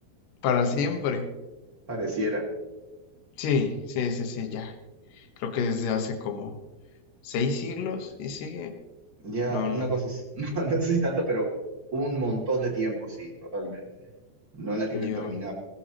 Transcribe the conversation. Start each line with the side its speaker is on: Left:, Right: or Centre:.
Left: para siempre.
Right: Pareciera.
Left: Sí, sí, sí, sí, ya. Creo que desde hace como seis siglos y sigue.
Right: Ya,
Left: No,
Right: una
Left: no,
Right: cosa
Left: Ya.
Right: es, <laughs> no, no sé si tanto, pero un montón de tiempo, sí, totalmente. No la quieren
Left: yo.
Right: terminar.